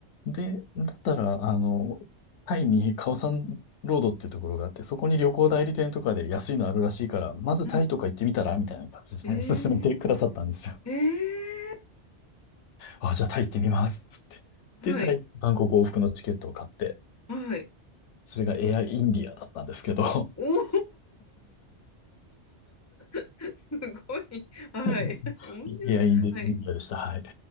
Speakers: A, on the left; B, on the left.
A: で、だったら、あの、タイにカオサンロードっていうところがあって、そこに旅行代理店とかで安いのあるらしいから、まずタイとか行ってみたらみたいな感じで
B: うん。えー、
A: <laughs> 勧めてくださったんですよ。
B: え
A: あ、じゃあタイ行ってみます。つって。
B: ー、はい、
A: で、タイ、バンコク往復のチケットを買って、
B: はい。
A: それがエアインディアだったんですけど、
B: おお <laughs> すごい。はい。
A: <laughs>
B: 面白いな。
A: エアインディ、
B: はい。
A: インディアでした。はい。